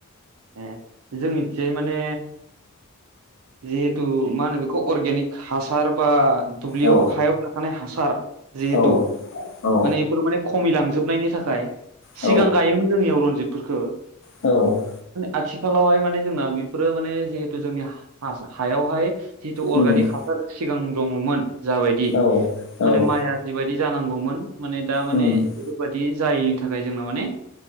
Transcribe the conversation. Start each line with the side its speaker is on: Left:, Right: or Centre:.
Right: ए जोंनिथियाय माने जिहेथु मा होनो बेखौ अर्गेनिक हासार बा दुब्लियाव
Left: औ
Right: हायाव थाखानाय हासार जिहेथु
Left: औ औ
Right: माने बेफोर माने खमिलांजोबनायनि थाखाय
Left: औ
Right: सिगां गायोमोन जोंनियाव रन्जितफोरखो
Left: औ
Right: आथिखालावहाय माने जोंना बेफोरो माने जिहेतु जोंनि हासा हायावहाय जितु अर्गानिक
Left: उम,
Right: हासार सिगां दङमोन जाबायदि
Left: औ
Right: माने
Left: औ
Right: माइआ जिबायदि जानांगौमोन माने दा माने
Left: उम
Right: बेफोरबायदि जायैनि थाखाय जोंना माने